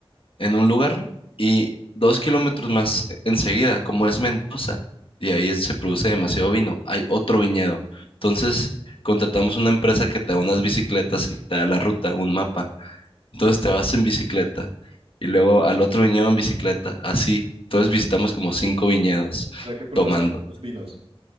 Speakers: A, on the left; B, on the right.
A: en un lugar y dos kilómetros más enseguida, como es Mendoza, y ahí se produce demasiado vino, hay otro viñedo. Entonces, contratamos una empresa que te da unas bicicletas y te da la ruta, un mapa. Entonces, te vas en bicicleta y luego al otro viñedo en bicicleta, así. Entonces, visitamos como cinco viñedos
B: O sea que probaste
A: tomando.
B: muchos vinos,